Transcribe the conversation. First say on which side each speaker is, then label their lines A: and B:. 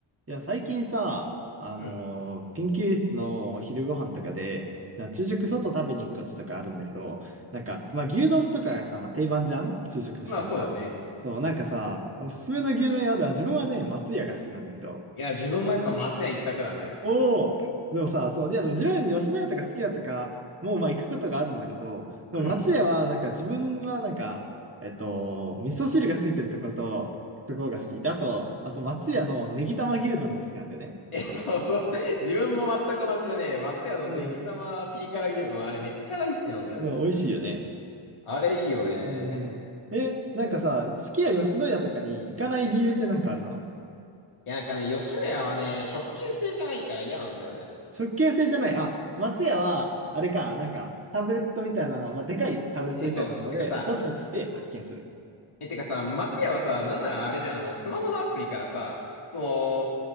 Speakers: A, on the right (about 25°); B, on the left (about 80°).
A: いや、最近さ、あのー研究室のお昼ご飯とかで、
B: うん。
A: な昼食外食べに行くこととかあるんだけど、なんか、まあ、牛丼とかがさ、まあ、定番じゃん昼食としたらさ。
B: まあそうだね。
A: そう、なんかさ、おすすめの牛丼屋あるわ。自分はね、松屋が好きなんだけど。
B: いや、自分もやっぱ松屋一択だね。
A: おお、でもさ、そう、いや、でも自分吉野家とか好きだとか、もうまあ行くことがあるんだけど、でも松屋はなんか自分はなんか、
B: うん。
A: えっと、味噌汁がついてるとこと、ところが好き。だと、あと松屋のネギ玉牛丼が好きなんだよね。
B: <laughs> え、そうそうそう。自分も全く同じでね、松屋のネギ玉ピリ辛牛丼、
A: うん
B: あれめっちゃ大好きなんだよね。
A: まあ、美味しいよね。
B: あれいいよね。
A: うんうん。え、なんかさ、すき家吉野家とかに行かない理由ってなんかあるの
B: いや、なんかね、吉野家はね、食券制じゃないから嫌なんだよね。
A: 食券制じゃない。あ、松屋は、あれか、なんか、タブレットみたいなの、まあ、でかいタブレットみたいなので、
B: え、そう。てかさ、
A: ポチポチして発見する。
B: え、てかさ、松屋はさ、
A: うん。
B: なんならあれじゃん、あの、スマホのアプリからさ、そ